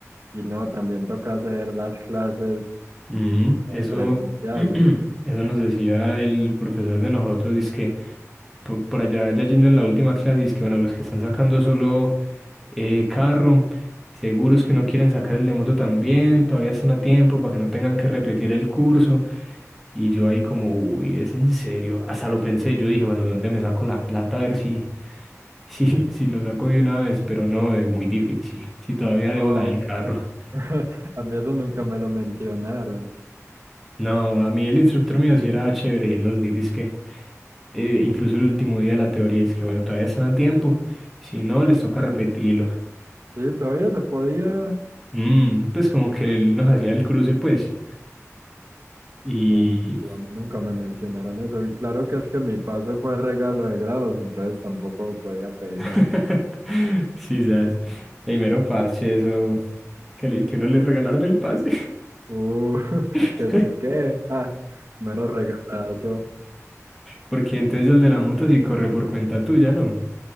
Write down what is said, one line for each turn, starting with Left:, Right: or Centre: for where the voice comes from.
Right: Y no, también toca hacer las clases
Centre: Mm, eso,
Right: presenciales.
Centre: <clears throat> eso nos decía el profesor de nosotros, dice que por, por allá, ya yendo en la última clase, dice que bueno, los que están sacando solo Eh, carro, seguros que no quieren sacar el de moto también, todavía están a tiempo para que no tengan que repetir el curso. Y yo ahí como, uy, es en serio. Hasta lo pensé, yo dije, bueno, ¿de dónde me saco la plata? A ver si, si, <laughs> si lo saco de una vez, pero no, es muy difícil. Si todavía
Right: No,
Centre: debo la del carro.
Right: <laughs> A mí eso nunca me lo mencionaron.
Centre: No, a mí el instructor mío sí era chévere y él nos dijo, es que, eh, incluso el último día de la teoría es que, bueno, todavía están a tiempo. Si no, les toca repetirlo.
Right: Sí, todavía se podía.
Centre: Mm, pues como que él nos hacía el cruce, pues. y
Right: Uh, a mí nunca me mencionaron eso. Y claro que es que mi pase fue regalo de grados, entonces tampoco podía pedir
Centre: <laughs>
Right: mucho.
Centre: Sí, sabes. Ey, mero parche, eso. Que, le- que no le regalaron el pase.
Right: Uh, <laughs>
Centre: <laughs>
Right: que sí que, ah, mero regalazo.
Centre: Porque entonces el de la moto sí corre por cuenta tuya, ¿no?